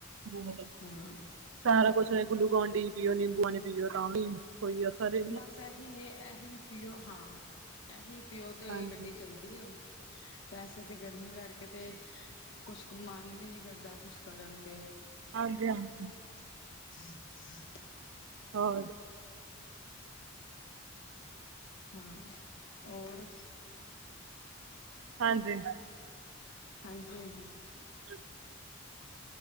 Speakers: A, on the right; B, on the left.
A: ਬਹੁਤ ਆ,
B: ਹਾਂ
A: ਸਾਰਾ ਹੈ ਕੁਛ ਗੁਲੂ ਕੋਨ ਪੀ ਪੀਓ ਨਿੰਬੂ ਪਾਣੀ ਪੀਓ, ਤਾਂ ਵੀ ਕੋਈ ਅਸਰ ਏ
B: ਬਸ ਇਹੀ ਇਹੀ ਪੀਓ ਹਾਂ ਇਹੀ ਪੀਓ ਤੇ
A: ਹਾਂਜੀ
B: ਗੱਡੀ ਚੱਲ ਦੀ ਏ, ਵੈਸੇ ਤੇ ਗਰਮੀ ਕਰਕੇ ਤੇ ਕੁਛ ਕ ਮਨ ਵੀ ਨੀ ਕਰਦਾ ਕੁਛ ਕਰਨ ਤੇ
A: ਹਾਂਜੀ-ਹਾਂਜੀ
B: <unintelligible>
A: ਹੋਰ
B: ਹੂੰ ਔਰ
A: ਹਾਂਜੀ।
B: ਹਾਂਜੀ-ਹਾਂਜੀ।
A: <inaudible>